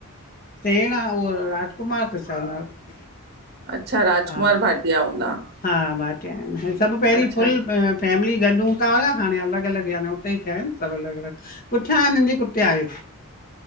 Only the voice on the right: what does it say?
अच्छा राजकुमार
भाटिया हूंदा?
अच्छा